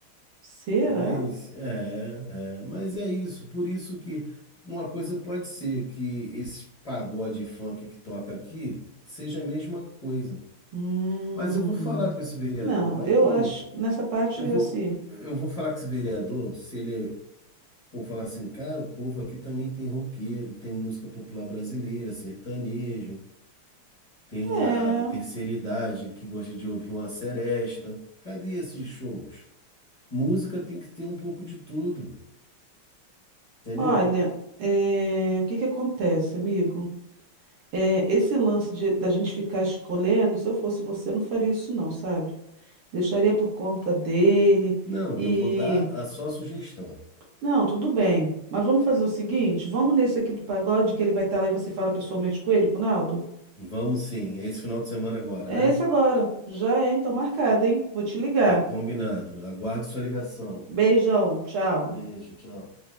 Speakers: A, on the right; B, on the left.
A: Será?
B: Mas é, é, mas é isso. Por isso que uma coisa pode ser que esse pagode funk que toca aqui seja a mesma coisa.
A: Hum,
B: Mas eu vou falar com esse vereador,
A: não,
B: vai
A: eu
B: que
A: acho nessa parte
B: eu
A: assim.
B: vou, eu vou falar com esse vereador se ele é Pô, falar assim, cara, o povo aqui também tem roqueiro, tem música popular brasileira, sertanejo, tem
A: É.
B: a, a terceira idade que gosta de ouvir uma seresta. Cadê esses shows? Música tem que ter um pouco de tudo, entendeu?
A: Olha, eh, o que que acontece, amigo? Eh, esse lance de- da gente ficar escolhendo, se eu fosse você, não faria isso não, sabe? Deixaria por conta dele
B: Não,
A: e...
B: eu vou dar a sua sugestão.
A: Não, tudo bem, mas vamos fazer o seguinte, vamos nesse aqui do pagode que ele vai estar lá e você fala pessoalmente com ele, com o Naldo?
B: Vamos sim, é esse final de semana agora,
A: É
B: né?
A: esse agora, já é então marcado, hein? Vou te ligar.
B: Tá combinado. Aguardo sua ligação.
A: Beijão, tchau.
B: Beijo, tchau.